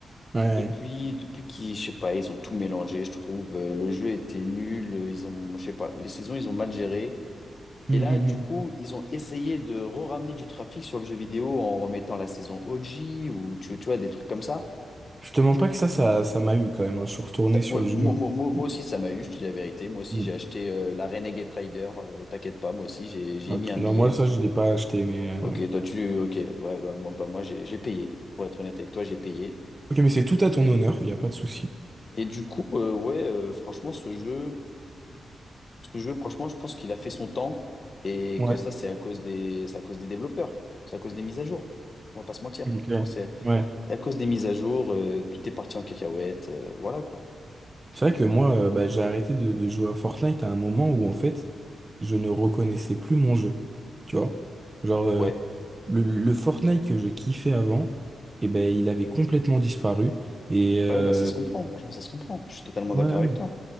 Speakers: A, on the right (about 20°); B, on the left (about 35°).
A: Ouais. ouais.
B: Depuis, depuis qu'ils, je sais pas, ils ont tout mélangé, je trouve. Euh, le jeu était nul, euh, ils ont, je sais pas, les saisons, ils ont mal géré.
A: Mm,
B: Et
A: mm,
B: là, du coup,
A: mm.
B: ils ont essayé de re-ramener du trafic sur le jeu vidéo en remettant la saison OG ou tu, tu vois, des trucs comme ça.
A: Je te mens pas que ça, ça, ça m'a eu quand même. hein. Je suis retourné
B: Ça-
A: sur
B: ouais,
A: le jeu.
B: moi,
A: un
B: moi-
A: petit
B: moi-
A: peu.
B: moi aussi, ça m'a eu, je te dis la vérité. Moi aussi,
A: Mm.
B: j'ai acheté euh, la Renegade Rider. euh, t'inquiète pas, moi aussi, j'ai, j'ai
A: Ok.
B: mis un
A: Non,
B: billet.
A: moi, ça, je l'ai pas acheté, mais... euh,
B: Ok,
A: ouais.
B: toi, tu. Ok, ouais, bah, moi, bah, moi j'ai, j'ai payé. Pour être honnête avec toi, j'ai payé.
A: Ok, mais c'est tout à ton honneur, il n'y a pas de souci.
B: Et du coup, euh, ouais, euh, franchement, ce jeu, ce jeu, franchement, je pense qu'il a fait son temps et
A: Ouais,
B: que ça, c'est à cause des, c'est à cause des développeurs. C'est à cause des mises à jour. On va pas se mentir.
A: ok.
B: Franchement,
A: Ouais.
B: à cause des mises à jour, euh, tout est parti en cacahuète, euh, voilà quoi.
A: C'est vrai que moi, euh, bah, j'ai arrêté de, de jouer à Fortnite à un moment où, en fait, je ne reconnaissais plus mon jeu. Tu vois? Genre, euh,
B: Ouais,
A: le, le Fortnite que je kiffais avant, eh ben, il avait complètement disparu. Et... euh,
B: ouais, bah, ça se comprend, franchement, ça se comprend. Je suis totalement
A: Ouais,
B: d'accord avec toi.